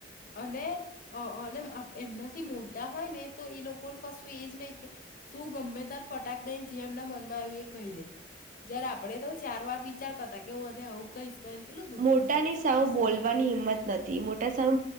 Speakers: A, on the left; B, on the right.
A: અને અને એમનાથી મો. હોય ને તો એ લોકોને કશું એ જ નહી કે શું ગમે ત્યારે ફટાક દઈને જે એમના મનમાં આવ્યું એ કહી દે જ્યારે આપડે તો ચાર વાર વિચારતા હતા કે હું મને આવું કહીશ તો. કેટલું દુઃખ
B: મોટાની
A: થશે શું
B: સાવ
A: થશે
B: બોલવાની
A: એમ.
B: હિંમત નથી મોટા સાવ